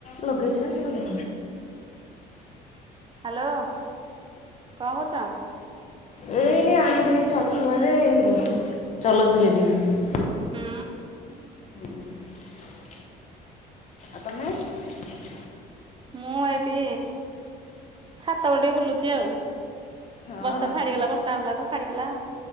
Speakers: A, on the left; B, on the right.
A: <inaudible> ଲଗେଇଛି ନା ସେଲଗ
B: ହ୍ୟାଲୋ କଣ କରୁଛ?
A: ଏଇ ଟିକେ ଆଣିଥିଲି ଛତୁଆଜେ ଚଲାଉଥିଲି ଟିକେ
B: ହୁଁ
A: ହୁଁ ଆପଣମେ <inaudible>
B: ମୁଁ ଏଇଠି ଛାତ ପ ଟିକେ ବୁଲୁଚି ଆଉ।
A: ହଁ
B: ବର୍ଷା
A: ହଁ
B: ଛାଡ଼ିଗଲା ବର୍ଷା ହଲା ତ ଛାଡ଼ିଗଲା।